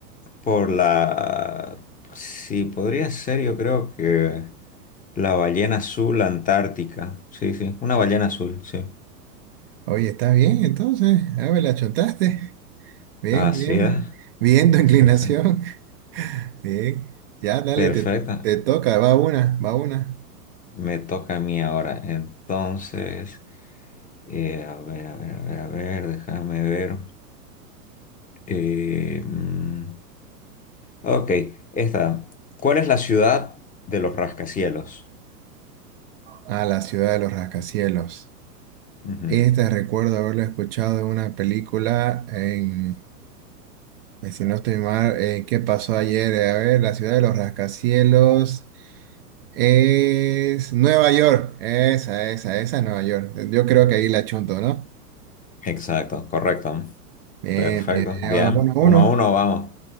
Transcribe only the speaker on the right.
Oye, está bien, entonces. A ver, la chontaste. Bien,
bien.
Bien tu inclinación.
<laughs> Bien. Ya, dale,
te, te toca. Va una, va una.
A la ciudad de los rascacielos.
Esta recuerdo haberla escuchado en una película, en, eh, si no estoy mal, eh, ¿qué pasó ayer? Eh, A ver, la ciudad de los rascacielos es Nueva York. Esa, esa, esa es Nueva York. Yo creo que ahí la chunto, ¿no?
Bien,
bien, bien.
Ah, Uno, a
uno.